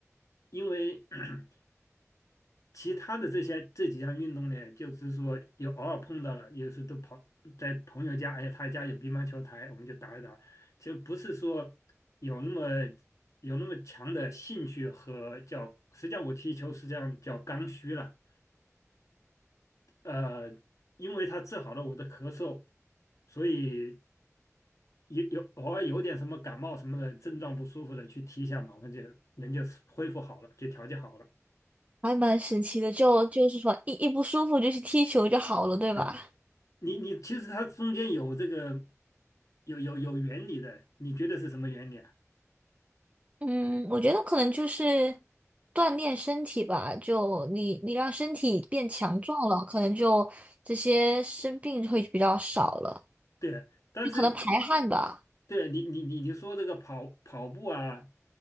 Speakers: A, on the left; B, on the right.
A: 因为 <clears throat> 其他的这些这几项运动呢，就是说有偶尔碰到了，有时都跑在朋友家，哎，他家有乒乓球台，我们就打一打，就不是说有那么有那么强的兴趣和叫，实际上我踢球实际上叫刚需了。呃，因为他治好了我的咳嗽，所以有有偶尔有点什么感冒什么的症状不舒服的，去踢一下嘛，马上就人就恢复好了，就调节好了。
B: 还蛮神奇的。就就是说，一一不舒服就去踢球就好了，对吧？
A: 对你，你其实它中间有这个有有有原理的，你觉得是什么原理啊？
B: 嗯，我觉得可能就是锻炼身体吧，就你你让身体变强壮了，可能就这些生病会比较少了，
A: 对，但是
B: 就可能排汗吧。
A: 对你你你你说这个跑跑步啊